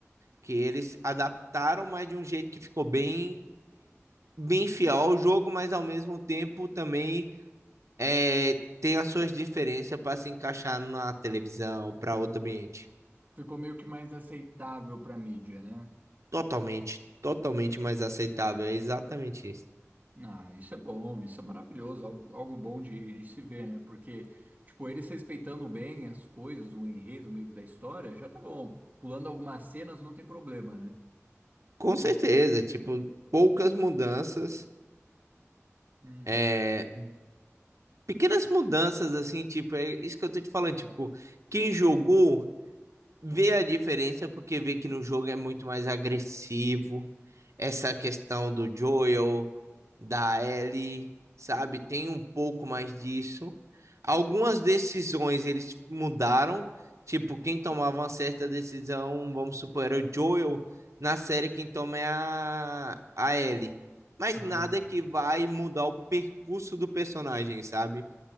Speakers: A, on the right; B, on the right.
A: que eles adaptaram, mas de um jeito que ficou bem bem fiel ao jogo, mas ao mesmo tempo também é, tem as suas diferenças para se encaixar na televisão, para outro ambiente.
B: Ficou meio que mais aceitável pra mídia, né?
A: Totalmente, totalmente mais aceitável. É exatamente isso.
B: Ah, isso é bom, isso é maravilhoso, algo, algo bom de, de se ver, né? Porque, tipo, eles respeitando bem as coisas, o enredo meio que da história, já tá bom. Pulando algumas cenas não tem problema, né?
A: Com certeza,
B: Hum,
A: tipo, poucas mudanças,
B: hum.
A: é, pequenas mudanças, assim, tipo, é isso que eu tô te falando, tipo, quem jogou vê a diferença porque vê que no jogo é muito mais agressivo. Essa questão do Joel, da Ellie, sabe? Tem um pouco mais disso. Algumas decisões eles mudaram. Tipo, quem tomava uma certa decisão, vamos supor, era o Joel. Na série, quem toma é a, a Ellie. Mas
B: Ah,
A: nada que vai mudar o percurso do personagem, sabe?